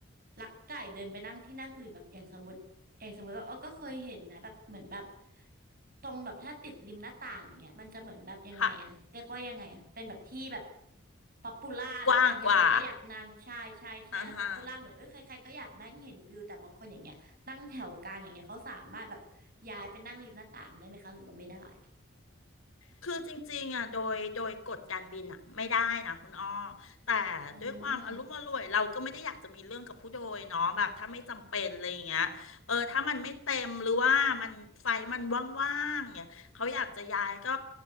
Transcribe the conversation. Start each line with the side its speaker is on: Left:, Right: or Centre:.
Right: ลักไก่เดินไปนั่งที่นั่งอื่นแบบอย่างสมมติอย่างสมมติว่าอ้อก็เคยเห็นนะแบบเหมือนแบบตรงแบบถ้าติดริมหน้าต่างอย่างเงี้ยมันจะเหมือนแบบยังไงอะเรียกว่ายังไงอะเป็นแบบที่แบบ
Left: ค่ะ
Right: ป๊อปปูล่าละกันใครๆก็อยากนั่งใช่ใช่ใช่แล้วป๊อปปูล่าเหมือนเอ้ยใครๆก็อยากนั่งเห็นวิวแต่บางคนอย่างเงี้ย
Left: กว้างกว่าอ่าฮะ
Right: นั่งแถวกลางอย่างเงี้ยเขาสามารถแบบย้ายไปนั่งริมหน้าต่างได้ไหมคะหรือว่าไม่ได้
Left: คือจริงๆอ่ะโดยโดยกฎการบินอ่ะไม่ได้นะคุณอ้อแต่
Right: อืม
Left: ด้วยความอารมณ์อร่วยเราก็ไม่ได้อยากจะมีเรื่องกับผู้โดยเนาะแบบถ้าไม่จำเป็นอะไรอย่างเงี้ยเออถ้ามันไม่เต็มหรือว่ามันไฟมันว่างๆเนี่ยเขาอยากจะย้ายก็